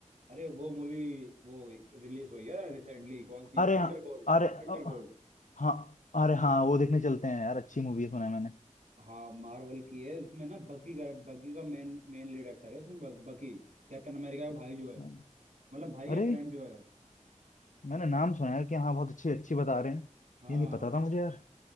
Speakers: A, on the right; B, on the left.
A: अरे वो मूवी वो रिलीज हुई है रिसेंटली कौन सी
B: अरे
A: थंडरबोल्ट
B: हाँ अरे
A: थंडरबोल्ट
B: अ, हाँ अरे हाँ वो देखने चलते हैं यार अच्छी मूवी है सुना है मैंने
A: हाँ मार्वल की है उसमें ना बकी का बकी का मेन मेन लीड एक्टर है उसमें ब, बकी कैप्टन अमेरिका का भाई जो है
B: हम्म,
A: मतलब भाई या
B: अरे
A: फ्रेंड जो है
B: मैंने नाम सुना है कि हाँ बहुत अच्छी अच्छी बता रहे हैं
A: हाँ
B: ये नहीं पता था मुझे यार